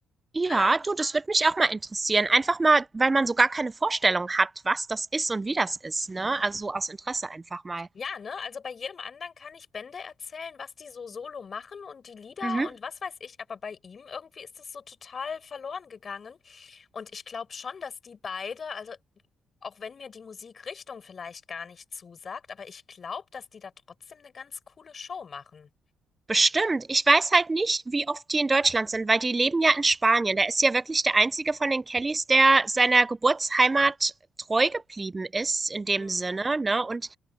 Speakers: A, on the right; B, on the left.
A: Ja,
B: Ähm,
A: du, das würde mich auch mal interessieren. Einfach mal, weil man so gar keine Vorstellung hat, was das ist und wie das ist, ne? Also so aus Interesse einfach mal.
B: Ja, ne? Also bei jedem anderen kann ich Bände erzählen, was die so solo machen und die Lieder
A: Mhm.
B: und was weiß ich, aber bei ihm irgendwie ist das so total verloren gegangen. Und ich glaube schon, dass die beide, also auch wenn mir die Musikrichtung vielleicht gar nicht zusagt, aber ich glaube, dass die da trotzdem eine ganz coole Show machen.
A: Bestimmt. Ich weiß halt nicht, wie oft die in Deutschland sind, weil die leben ja in Spanien. Der ist ja wirklich der einzige von den Kellys, der seiner Geburtsheimat treu geblieben ist, in dem
B: Mhm.
A: Sinne, ne? Und